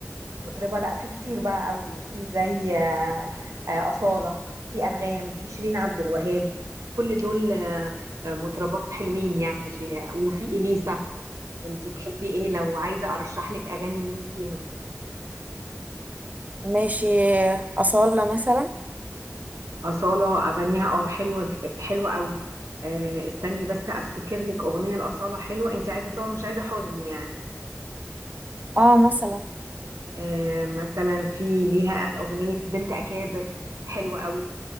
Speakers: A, on the right; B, on the right.
A: مطربة لا في كتير بقى قوي في زي آه، آه، أصالة في أنغام في شيرين عبد الوهاب كل دول آه، آه، مطربات حلوين يعني ب- وفي إليسا انت تحبي ايه لو عايزة أرشح لك أغاني لمين فيهم
B: ماشي أصالة مثلا
A: أصالة أغانيها اه حلوة ج- حلوة قوي آه، استني بس أفتكر لك أغنية لأصالة حلوة انت عايزة طبعا مش عايزة حزن يعني
B: اه مثلا
A: آه، مثلا في ليها أغنية بنت أكابر حلوة قوي